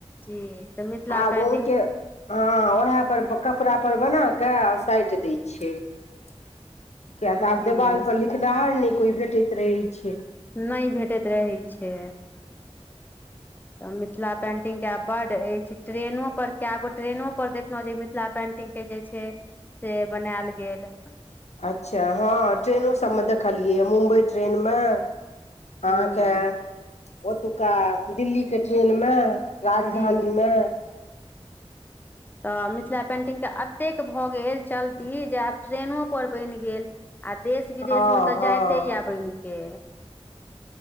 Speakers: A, on the left; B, on the left.
A: जी तऽ मिथिला
B: आब
A: पेन्टिंग
B: ओ के हँ उहे पर कपड़ा पर बना के साइट दै छै किया तऽ आब
A: जी
B: देवाल पर लिखनाहार नै कोइ भेटैत रहै छै
A: नहि भेटैत रहै छै तऽ मिथिला पेंटिंगके आब बड्ड अछि ट्रेनो पर कए गो ट्रेनो पर देखलहुँ जे मिथिला पेन्टिंग के जे छै से बनायल गेल
B: अच्छा हँ ट्रेनो सबमे देखलियै मुम्बई ट्रेन मे
A: हूँ
B: अहाँके ओतुक्का दिल्लीके ट्रेनमे राजधानीमे
A: जी तऽ मिथिला पेंटिंग के अ एतेक भऽ गेल चलती जे आब ट्रेनो पर बनि गेल आ देश विदेशमे
B: हँ
A: तऽ
B: हँ
A: जाइते ये बनि के